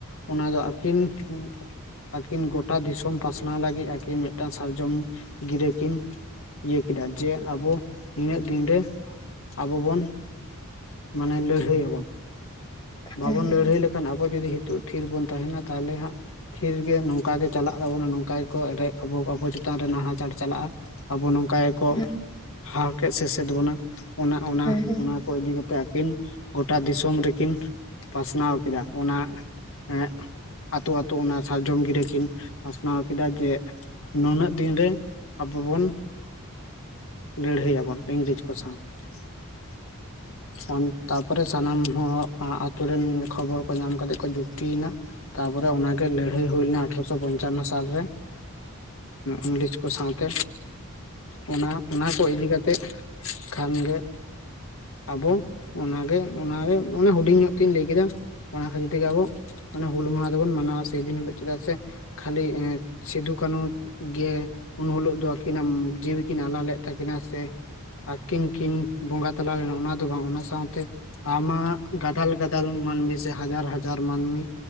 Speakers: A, on the left; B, on the left.
A: ᱚᱱᱟ ᱫᱚ ᱟᱹᱠᱤᱱ ᱟᱹᱠᱤᱱ ᱜᱚᱴᱟ ᱫᱤᱥᱚᱢ ᱯᱟᱥᱱᱟᱣ ᱞᱟᱹᱜᱤᱫ ᱟᱹᱠᱤᱱ ᱢᱤᱫᱴᱟᱱ ᱥᱟᱨᱡᱚᱢ ᱜᱤᱨᱟᱹ ᱠᱤᱱ ᱤᱭᱟᱹ ᱠᱮᱫᱟ ᱡᱮ ᱟᱵᱚ ᱱᱤᱱᱟᱹᱜ ᱫᱤᱱᱨᱮ ᱟᱵᱚ ᱵᱚᱱ ᱢᱟᱱᱮ ᱞᱟᱹᱲᱦᱟᱹᱭᱭᱟᱵᱚᱱ ᱵᱟᱵᱚᱱ
B: ᱦᱮᱸ ᱦᱮᱸ
A: ᱞᱟᱹᱲᱦᱟᱹᱭ ᱞᱮᱠᱷᱟᱱ ᱟᱵᱚ ᱡᱩᱫᱤ ᱦᱤᱛᱚᱜ ᱛᱷᱤᱨ ᱵᱚᱱ ᱛᱟᱦᱮᱱᱟ ᱛᱟᱦᱚᱞᱮ ᱦᱟᱸᱜ ᱛᱷᱤᱨ ᱜᱮ ᱱᱚᱝᱠᱟ ᱜᱮ ᱪᱟᱞᱟᱜ ᱛᱟᱵᱚᱱᱟ ᱱᱚᱝᱠᱟ ᱜᱮᱠᱚ ᱨᱮ ᱟᱵᱚ ᱪᱮᱛᱟᱱ ᱨᱮ ᱱᱟᱦᱟᱪᱟᱨ ᱪᱟᱞᱟᱜᱼᱟ ᱟᱵᱚ ᱱᱚ ᱚᱠᱟᱜᱮᱠᱚ
B: ᱦᱮᱸ
A: ᱦᱟᱨᱠᱮ ᱥᱟᱥᱮᱫ ᱵᱚᱱᱟ ᱚᱱᱟ ᱚᱱᱟ
B: ᱦᱮᱸ ᱦᱮᱸ ᱦᱮᱸ ᱦᱮᱸ ᱦᱮᱸ ᱦᱮᱸ ᱦᱮᱸ ᱦᱮᱸ
A: ᱚᱱᱟ ᱠᱚ ᱤᱫᱤ ᱠᱟᱛᱮ ᱟᱹᱠᱤᱱ ᱜᱚᱴᱟ ᱫᱤᱥᱚᱢ ᱨᱮᱠᱤᱱ ᱯᱟᱥᱱᱟᱣ ᱠᱮᱫᱟ ᱚᱱᱟ ᱮᱸᱜ ᱟᱛᱳ ᱟᱛᱳ ᱚᱱᱟ ᱥᱟᱨᱡᱚᱢ ᱜᱤᱨᱟᱹ ᱠᱤᱱ ᱯᱟᱥᱱᱟᱣ ᱠᱮᱫᱟ ᱡᱮ ᱱᱩᱱᱟᱹᱜ ᱫᱤᱱᱨᱮ ᱟᱵᱚᱵᱚᱱ ᱞᱟᱹᱲᱦᱟᱹᱭᱭᱟᱵᱚᱱ ᱤᱝᱨᱮᱡᱽ ᱠᱚ ᱥᱟᱸᱣ ᱛᱟᱯᱚᱨᱮ ᱥᱟᱱᱟᱢ ᱦᱚᱲ ᱟᱛᱳ ᱨᱮᱱ ᱠᱷᱚᱵᱚᱨ ᱠᱚ ᱧᱟᱢ ᱠᱟᱛᱮ ᱠᱚ ᱡᱩᱠᱛᱤᱭᱮᱱᱟ ᱛᱟᱯᱚᱨᱮ ᱚᱱᱟ ᱜᱮ ᱞᱟᱹᱲᱦᱟᱹᱭ ᱦᱩᱭ ᱞᱮᱱᱟ ᱟᱴᱷᱨᱚᱚᱥᱚ ᱯᱚᱧᱪᱟᱱᱱᱚ ᱥᱟ ᱛᱟᱯᱨᱮ ᱤᱝᱞᱤᱥ ᱠᱚ ᱥᱟᱶᱛᱮ ᱚᱱᱟ ᱚᱱᱟ ᱠᱚ ᱤᱫᱤ ᱠᱟᱛᱮ ᱠᱷᱟᱱ ᱜᱮ ᱟᱵᱚ ᱚᱱᱟᱜᱮ ᱚᱱᱟᱜᱮ ᱚᱱᱮ ᱦᱩᱰᱤᱧ ᱧᱚᱜ ᱛᱤᱧ ᱞᱟᱹᱭ ᱠᱮᱫᱟ ᱚᱱᱟ ᱠᱷᱟᱹᱛᱤᱨ ᱛᱮᱜᱮ ᱟᱵᱚ ᱢᱟᱱᱮ ᱦᱩᱞ ᱢᱟᱦᱟ ᱫᱚᱵᱚᱱ ᱢᱟᱱᱟᱣᱟ ᱥᱮᱫᱤᱱ ᱦᱤᱞᱳᱜ ᱪᱮᱫᱟᱜ ᱥᱮ ᱠᱷᱟᱞᱞᱤ ᱥᱤᱫᱩ ᱠᱟᱹᱱᱩ ᱜᱮ ᱩᱱ ᱦᱤᱞᱳ ᱫᱚ ᱩᱱᱠᱤᱱᱟᱜ ᱡᱤᱣᱤ ᱠᱤᱱ ᱟᱞᱟ ᱞᱮᱫ ᱛᱟᱹᱠᱤᱱᱟ ᱥᱮ ᱟᱹᱠᱤᱱ ᱠᱤᱱ ᱵᱚᱸᱜᱟ ᱛᱟᱞᱟᱣ ᱞᱮᱱᱟ ᱚᱱᱟ ᱫᱚ ᱵᱟᱝ ᱚᱱᱟ ᱥᱟᱶᱛᱮ ᱟᱢᱟᱜ ᱜᱟᱫᱟᱞ ᱜᱟᱫᱞ ᱢᱟᱹᱱᱢᱤ ᱥᱮ ᱦᱟᱡᱟᱨ ᱦᱟᱡᱟᱨ ᱢᱟᱹᱱᱢᱤ